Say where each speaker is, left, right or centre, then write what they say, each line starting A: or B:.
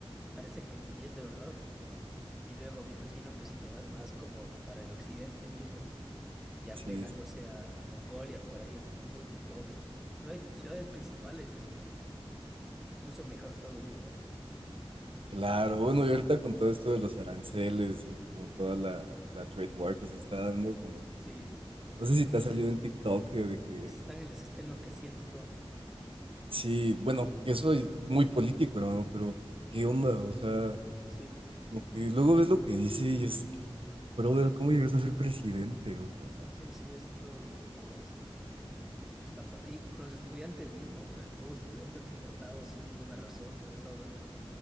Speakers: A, in the centre; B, on the right.
A: parece que ni es de verdad. Y luego me imagino que si te vas más como para el occidente mismo. Ya
B: Sí,
A: pegándose
B: sí,
A: a Mongolia, por ahí es muy, muy pobre. Pero hay ciudades principales, es pf, incluso mejor que Estados Unidos, ¿no?
B: Claro, bueno, y ahorita con todo esto de los aranceles y como toda la, la trade war que se está dando, como que,
A: Sí, los
B: no
A: gringos
B: sé si te
A: que
B: ha salido
A: se,
B: en
A: sí,
B: TikTok eh, de que,
A: se están, les está enloqueciendo Trump.
B: sí, bueno, que eso es muy político, hermano, pero ¿qué onda? O sea,
A: Sí,
B: como que luego ves lo que dice y es de que, brother, ¿cómo llegas a ser presidente? O sea,
A: sí, sí, es toda una locura eso, o sea, y con lo que está, pa- y con los estudiantes mismos, o sea, que hubo estudiantes deportados sin ninguna razón, regresados al, o